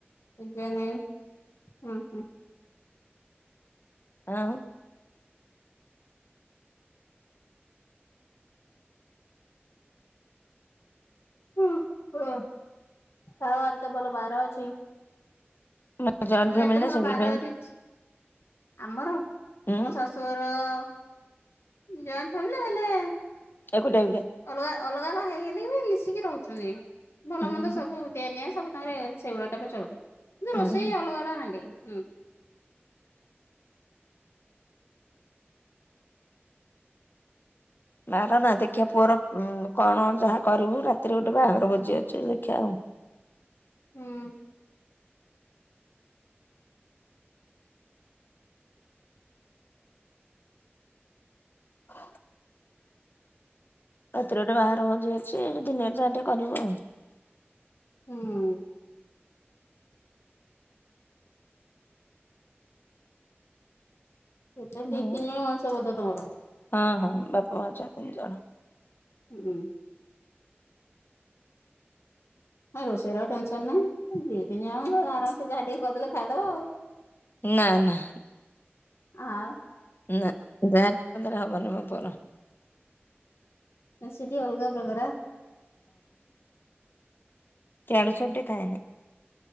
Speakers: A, on the left (about 75°); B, on the left (about 50°).
A: <unintelligible> ନାାଇଁ ହୁ ହୁ।
B: ଆଉ।
A: ହୁ ହୁ ଆଉ ଆଜିତ ଭଲ ବାର ଅଛି।
B: ଫ୍ୟାମିଲି ଜଏଣ୍ଟ
A: ମାନେ
B: ଫ୍ୟାମିଲି
A: ଏତେ
B: ନା
A: ଭଲ
B: ସିଙ୍ଗଲ
A: ବାାର
B: ଫ୍ୟାମିଲି
A: ଅଛି। ଆମର
B: ହୁଁ
A: ମୋ ଶାଶୁଘର ଜଏଣ୍ଟ ଫ୍ୟାମିଲୀ ହେଲେ
B: ଏକୁ ଟାଇ।
A: ଅଲଗା ଅଲଗା ଅଲଗା ହେଇଗଲେ ଏ ମିଶିକି ରହୁଛନ୍ତି ଭଲ
B: ହୁଁ
A: ମନ୍ଦ ସବୁ ଦିଆନିଆ ସବୁ ତାଙ୍କରେ ସେଇଭଳିଆ ଟା ଚଳୁଚ କିନ୍ତୁ
B: ହୁଁ।
A: ରୋଷେଇ ଅଲଗା ଅଲଗା ହାଣ୍ଡି ହୁଁ।
B: ବାର ନା ଦେଖିବା ପୁଅର କଣ ଯାହା କରିବୁ ରାତିରେ ଗୋଟେ ବାହାଘର ଭୋଜି ଅଛି ଦେଖିବା ଆଉ।
A: ହୁଁ।
B: ହ। ରାତିରେ ଗୋଟେ ବାହାଘର ଭୋଜି ଅଛି ଏଇ ଦିନରେ ଯାହାଟିକେ କରିବୁ ଆଉ।
A: ହୁଁ। ଏତେ ଦି
B: ହୁଁ।
A: ତିନି ଜଣ ମଣିଷ ବୋଧ ତମର।
B: ହଁ ହଁ ବାପା ମା ଛୁଆ ତିନି ଜଣ।
A: ହୁଁ ଉୁଁ। ହ ରୋଷେଇର ଟେନସନ ନାହିଁ ଦିଇ ତିନି ଜଣ ଆରାମ ସେ ଯାହା ଟିକେ କରିଦେଲେ ଖାଇଦବ ଆଉ।
B: ନା ନା।
A: ଆଉ।
B: ନା ଯା <unintelligible> ହବନି ମୋ ପୁଅର।
A: ଆ ସେ ଟିକେ ଅଲଗା ପ୍ରକାର।
B: ଏଆଡୁ ସିଆଡୁ ଟିକେ ଖାଏନି।